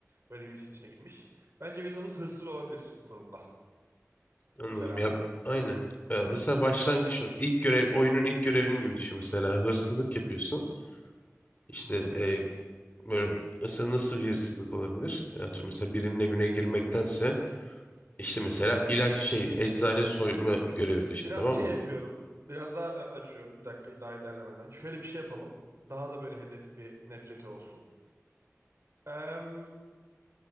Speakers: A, on the right; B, on the left.
A: böyle bir işin içine girmiş. Bence Villeneuve hırsız olabilir bu durumda.
B: anladım.
A: Mesela.
B: Ya aynen. Ya, mesela başlangıç nok- ilk görev oyunun ilk görevinin gibi düşün mesela hırsızlık yapıyorsun. İşte
A: Hı hı.
B: e, böyle mesela nasıl bir hırsızlık olabilir? Ya atıyorum mesela birinin evine girmektense işte mesela ilaç şey eczane soyma görevi düşün
A: Biraz
B: tamam
A: şey
B: mı?
A: yapıyorum. Biraz daha e, açıyorum. Bir dakika daha ilerlemeden. Şöyle bir şey yapalım. Daha da böyle hedef bir nefreti olsun. Em,